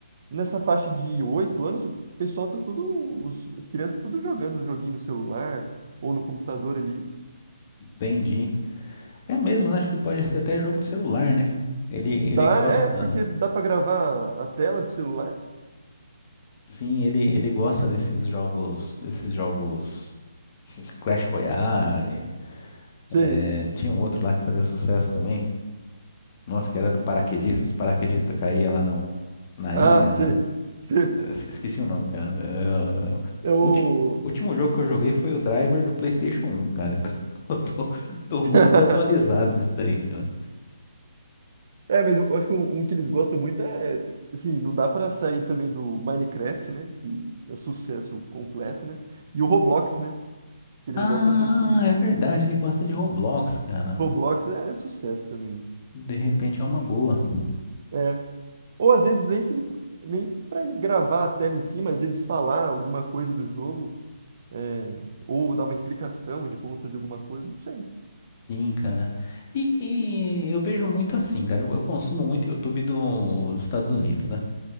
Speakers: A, on the right; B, on the left.
A: nessa faixa de 8 anos, o pessoal tá tudo, os, as crianças tudo jogando joguinho no celular ou no computador ali.
B: entendi. É mesmo, né? Acho que pode ser até jogo de celular, né? Ele, ele
A: Dá,
B: gosta,
A: é, porque dá pra gravar a tela do celular.
B: sim, ele, ele gosta desses jogos, desses jogos, esses Clash Royale.
A: Sim.
B: É, tinha um outro lá que fazia sucesso também. Nossa, que era do paraquedista. Os paraquedistas caíam lá no, na
A: Ah,
B: ilha.
A: sim.
B: né?
A: Sim.
B: Es- Esqueci o nome, cara. É, o
A: Eu.
B: ulti- último jogo que eu joguei foi o Driver do PlayStation 1, cara. Então, <laughs> eu tô, tô muito
A: <laughs>
B: desatualizado nisso daí, cara.
A: É, mas eu acho que um, um que eles gostam muito é, assim, não dá pra sair também do Minecraft, né? Que é sucesso completo, né? E o Roblox, né? que eles
B: Ah,
A: gostam muito também.
B: é verdade, ele gosta de Roblox, cara.
A: Roblox é sucesso também.
B: De repente é uma boa.
A: É. Ou às vezes nem se ele, nem para ele gravar a tela em si, mas às vezes falar alguma coisa do jogo, é, ou dar uma explicação de como fazer alguma coisa, não sei.
B: Sim, cara. E, e eu vejo muito assim, cara. Eu, eu consumo muito YouTube do- dos Estados Unidos, né?